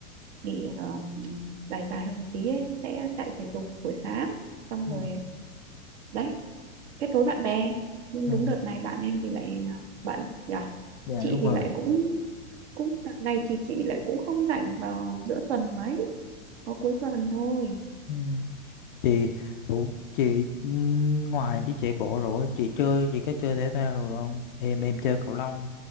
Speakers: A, on the right; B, on the left.
A: nghỉ um, dài dài hơn một tí ấy, sẽ chạy thể dục buổi sáng xong
B: ừ
A: rồi đấy kết nối bạn bè nhưng
B: ừ
A: đúng đợt này bạn em thì lại à, bạn nhỉ
B: dạ
A: chị
B: đúng
A: thì
B: rồi
A: lại cũng cũng đợt này thì chị lại cũng không rảnh vào giữa tuần mấy có cuối tuần thôi
B: ừ chị thủ chị ừ, ngoài đi chạy bộ rồi chị chơi chị có chơi thể thao rồi không em em chơi cầu lông